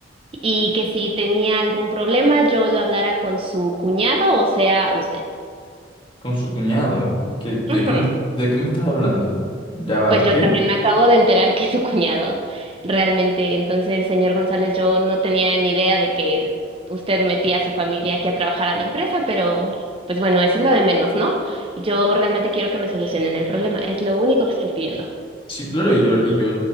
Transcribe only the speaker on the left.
con su cuñado. ¿Qué- de
qué me, de qué me estás hablando? Ya va,
¿qué?
Sí, claro, y yo, y yo,